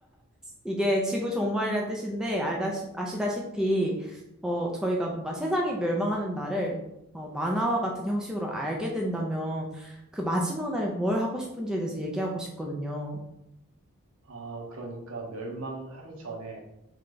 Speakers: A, in the centre; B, on the right.
A: 이게 지구 종말이란 뜻인데 알다시, 아시다시피 어, 저희가 뭔가 세상이 멸망하는 날을 어, 만화와 같은 형식으로 알게 된다면 그 마지막 날에 뭘 하고 싶은지에 대해서 얘기하고 싶거든요.
B: 아, 그러니까 멸망 하루 전에